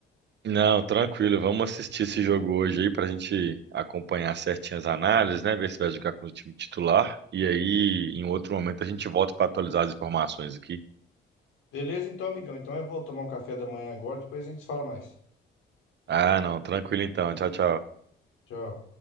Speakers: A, on the right; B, on the left.
A: Não, tranquilo, vamos assistir esse jogo hoje aí pra gente acompanhar certinho as análises, né? Ver se vai jogar com o time titular. E aí, em outro momento, a gente volta para atualizar as informações aqui.
B: Beleza, então, amigão. Então eu vou tomar um café da manhã agora, depois a gente se fala mais.
A: Ah, não, tranquilo então. Tchau, tchau.
B: Tchau.